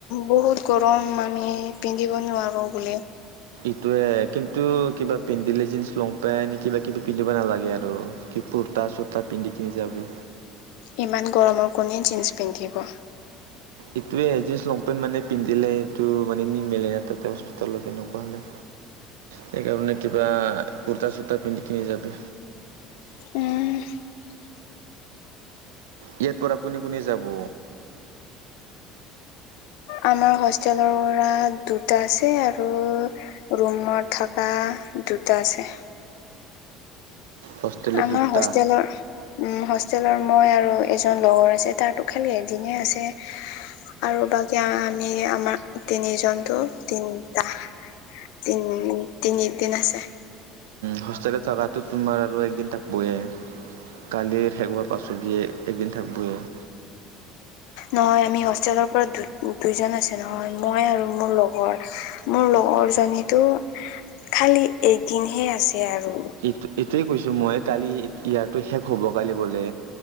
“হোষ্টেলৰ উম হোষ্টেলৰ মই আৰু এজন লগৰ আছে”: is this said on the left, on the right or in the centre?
Left